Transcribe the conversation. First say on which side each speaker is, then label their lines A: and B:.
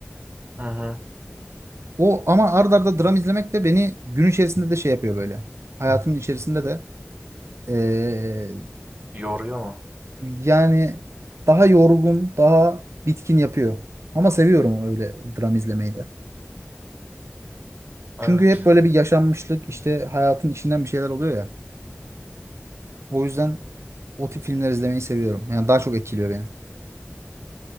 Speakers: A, on the right (about 40°); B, on the right (about 85°).
A: Hı hı.
B: O ama ard arda dram izlemek de beni gün içerisinde de şey yapıyor böyle. Hayatımın içerisinde de e,
A: Yoruyor mu?
B: Yani daha yorgun, daha bitkin yapıyor. Ama seviyorum öyle dram izlemeyi de.
A: Evet.
B: Çünkü hep böyle bir yaşanmışlık, işte hayatın içinden bir şeyler oluyor ya. O yüzden o tip filmler izlemeyi seviyorum. Yani daha çok etkiliyor beni.